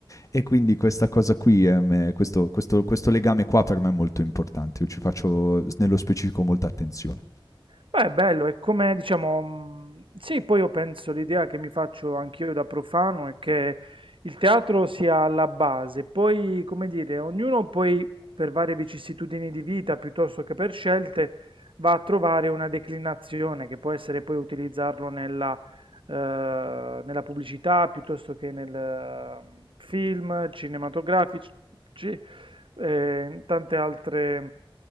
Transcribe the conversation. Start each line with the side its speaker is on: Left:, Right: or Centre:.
Left: E quindi questa cosa qui, eh, me- questo, questo- questo legame qua per me è molto importante, io ci faccio s- nello specifico molta attenzione.
Right: Beh, è bello, è come diciamo, mh, sì, poi io penso l'idea che mi faccio anch'io da profano è che il teatro sia la base, poi, come dire, ognuno poi per varie vicissitudini di vita piuttosto che per scelte va a trovare una declinazione che può essere poi utilizzarlo nella, eh, nella pubblicità piuttosto che nel eh, film cinematografici, ci- eh, in tante altre